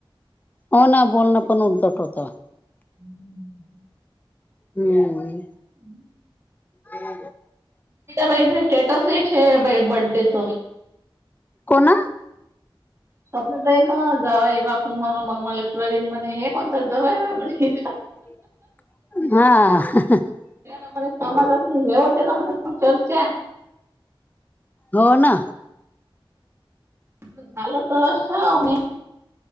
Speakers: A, on the left (about 20°); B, on the right (about 30°).
A: हो ना बोलणं पण उद्धट होतं
B: हम्म
A: हम्म
B: हम्
A: हे
B: म स्टेटस बर्थडेस
A: कोण
B: स्वप्न तर आहे ना जावय बापू म मग मला प्रवीण म्हणे हे कोणत जावय बा म्ह
A: हा
B: त्या म समाजात हेेवते म्ह चर्चा
A: हो ना
B: झाल तमछा म